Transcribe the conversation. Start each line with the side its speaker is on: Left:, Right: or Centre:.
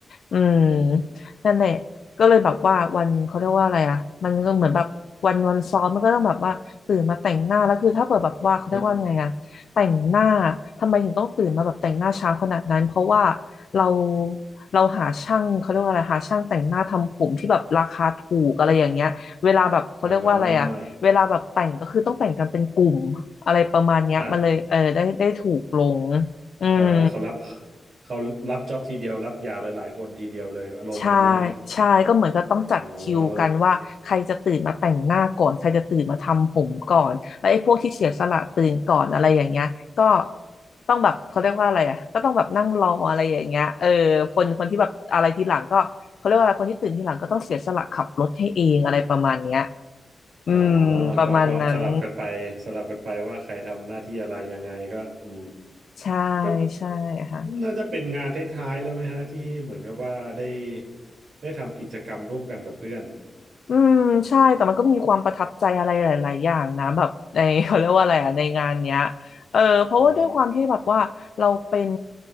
Left: อืม
Right: อืม
Left: นั่นแหละ ก็เลยแบบว่าวันเขาเรียกว่าอะไรอ่ะมันก็เหมือนแบบวันวันซ้อมมันก็ต้องแบบว่าตื่นมาแต่งหน้าแล้วคือถ้าเปิดแบบว่าเขาเรียกว่าไงอ่ะแต่งหน้า
Right: อืม
Left: ทำไมถึงต้องตื่นมาแบบแต่งหน้าเช้าขนาดนั้นเพราะว่าเราเราหาช่างเขาเรียกว่าอะไรหาช่างแต่งหน้าทำผมที่แบบราคาถูกอะไรอย่างเงี้ยเวลาแบบเขาเรียกว่าอะไรอ่ะเวลาแบบแต่งก็คือต้องแต่งกันเป็นกลุ่มอะไรประมาณเนี้ยมันเลยเออได้ได้ถูกลง
Right: <laughs> อ่าอ่ะ
Left: อืม
Right: อ่าเขารับเขารับจ็อบทีเดียวรับยาวหลายๆคนทีเดียวเลยอารมณ์วันนี้ใช่ไหมฮะ
Left: ใช่ใช่ก็เหมือนก็ต้องจัดคิวกันว่าใครจะตื่นมาแต่งหน้าก่อนใครจะตื่นมาทำผมก่อนแล้วไอ้พวกที่เสียสละตื่นก่อนอะไรอย่างเงี้ยก็
Right: อ๋อ
Left: ต้องแบบเขาเรียกว่าอะไรอ่ะก็ต้องแบบนั่งรออะไรอย่างเงี้ยเออคนคนที่แบบอะไรทีหลังก็เขาเรียกว่าอะไรคนที่ตื่นทีหลังก็ต้องเสียสละขับรถให้เองอะไรประมาณเนี้ยอืมประมาณนั้น
Right: อ๋อก็ก็สลับกันไปสลับกันไปว่าใครทำหน้าที่อะไรยังไงก็อืม
Left: ใช่
Right: ก็
Left: ใช่ค่ะ
Right: น่าจะเป็นงานท้ายๆแล้วไหมฮะที่เหมือนกับว่าได้ได้ทำกิจกรรมร่วมกันกับเพื่อน
Left: อืมใช่แต่มันก็มีความประทับใจอะไรหลายๆอย่างนะแบบใน <laughs> เขาเรียกว่าอะไรอ่ะในงานเนี้ยเออเพราะว่าด้วยความที่แบบว่าเราเป็น
Right: อืม